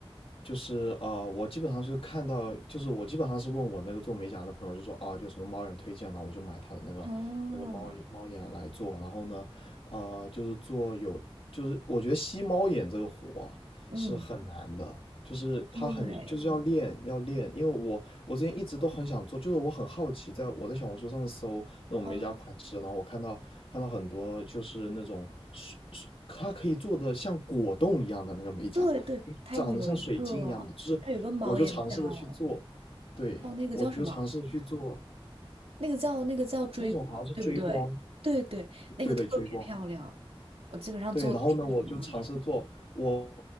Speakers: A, on the left; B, on the right.
A: 就是啊、我基本上就是看到，就是我基本上是问我那个做美甲的朋友，就说啊，有什么猫眼推荐呢？我就买他的那个那个猫眼猫眼来做。
B: 嗯
A: 然后呢，啊、就是做有，就是我觉得吸猫眼这个活啊。
B: 嗯，
A: 是很难的，就是他很就是要练要练，
B: 对，
A: 因为我我之前一直都很想做，就是我很好奇，在我在小红书上面搜那种美甲款式，
B: 嗯
A: 然后我看到看到很多就是那种水水，它可以做的像果冻一样的那个美甲，
B: 对对，
A: 就长得像水晶一样的，
B: 它有一个，
A: 就是我就尝试的去做，
B: 它有一个猫眼叫
A: 对，
B: 叫那个叫什么？
A: 我就尝试的去做
B: 那个叫那个叫追光，
A: 那种好像是追光，
B: 对不对？对对，那个特别漂亮，
A: 对对追光，
B: 我基本上做的都是那种猫眼。
A: 对，然后呢，我就尝试做，我